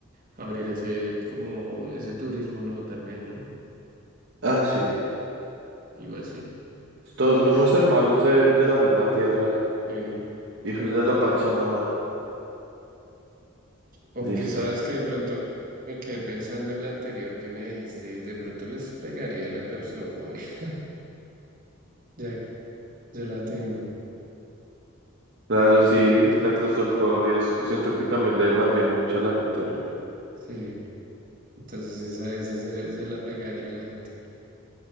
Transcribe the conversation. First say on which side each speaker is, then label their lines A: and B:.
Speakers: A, on the right (about 40°); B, on the right (about 60°).
A: abrir ese como ese turismo, ¿no? También, ¿no?
B: Ah, sí.
A: Algo así.
B: Todos somos
A: Ya.
B: hermanos de, de la misma tierra,
A: Sí.
B: hijos de la Pachamama.
A: Aunque
B: Listo.
A: sabes que de pronto me quedé pensando en la anterior que me dijiste y de pronto les pegaría la claustrofobia. <laughs> Ya, ya la tengo.
B: Claro, sí, la claustrofobia es- siento que también le malviaja mucho a la gente, ¿no?
A: Sí. Entonces esa, esa se, se la pegaría a la gente.